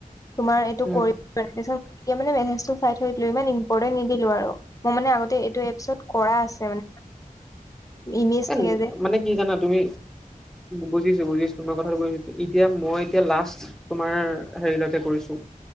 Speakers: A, on the left; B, in the centre.
A: তোমাৰ এইটো
B: উম
A: কৰি তাৰ পাছত তেতিয়া মানে মেছেজটো চাই থৈ দিলো, ইমান ইম্পৰ্টেণ্ট নিদিলো আৰু। মই মানে আগতে এইটো এপছত কৰা আছে মানে। ইমেজ
B: এ,
A: থাকে যে
B: মানে কি জানা তুমি? বুজিছোঁ বুজিছোঁ, মই কথাটো বুজিছোঁ, এতিয়া মই এতিয়া লাষ্ট তোমাৰ হেৰিলৈকে কৰিছোঁ,